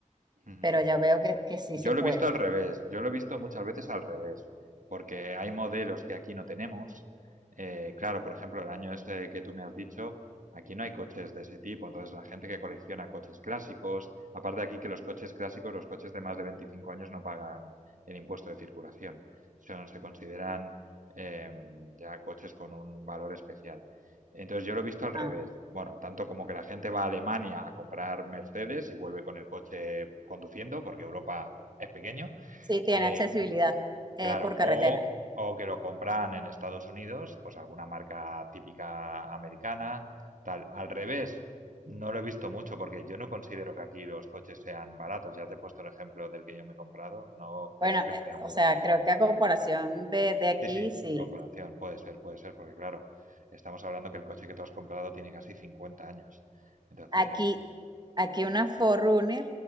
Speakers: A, on the right; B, on the right.
A: Ujú.
B: pero ya veo que, que sí
A: Yo
B: se
A: lo
B: puede.
A: he visto al revés, yo lo he visto muchas veces al revés, porque hay modelos que aquí no tenemos. Eh, claro, por ejemplo, el año ese que tú me has dicho, aquí no hay coches de ese tipo, entonces la gente que colecciona coches clásicos, aparte aquí que los coches clásicos, los coches de más de 25 años no pagan el impuesto de circulación, son, se consideran eh, ya coches con un valor especial. Entonces yo lo he visto al revés.
B: Ah,
A: Bueno, tanto como que la gente va a Alemania a comprar Mercedes y vuelve con el coche conduciendo, porque Europa es pequeño,
B: sí, tiene
A: eh,
B: accesibilidad eh,
A: claro,
B: por carretera.
A: o, o que lo compran en Estados Unidos, pues alguna marca típica americana, tal. Al revés, no lo he visto mucho porque yo no considero que aquí los coches sean baratos. Ya te he puesto el ejemplo del que yo me he comprado, no creo
B: Bueno, eh,
A: que sea muy
B: o sea,
A: barato.
B: creo que a comparación
A: Pero bueno,
B: de, de aquí,
A: sí, sí,
B: sí.
A: en comparación, puede ser, puede ser, porque claro, estamos hablando que el coche que tú has comprado tiene casi 50 años. Entonces,
B: Aquí, aquí
A: sí,
B: una Forerunner,